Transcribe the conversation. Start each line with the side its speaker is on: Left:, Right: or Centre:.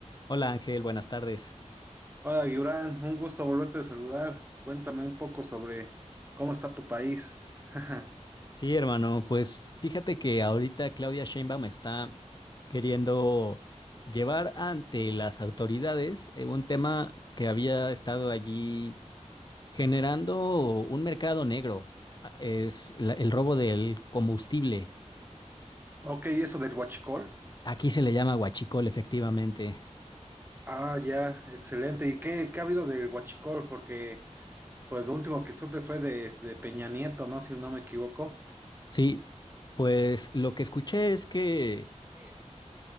Left: Hola Ángel, buenas tardes.
Right: Hola, Gibran, un gusto volverte a saludar. Cuéntame un poco sobre cómo está tu país. <laughs>
Left: Sí, hermano, pues fíjate que ahorita Claudia Sheinbaum está queriendo llevar ante las autoridades eh, un tema que había estado allí generando un mercado negro, a- es la- el robo del combustible.
Right: Ok, ¿y eso del huachicol?
Left: Aquí se le llama huachicol, efectivamente.
Right: Ah, ya, excelente. ¿Y qué, qué ha habido del huachicol? Porque, pues, lo último que supe fue de, de Peña Nieto, ¿no? Si no me equivoco.
Left: Sí, pues lo que escuché es que
Right: Sí.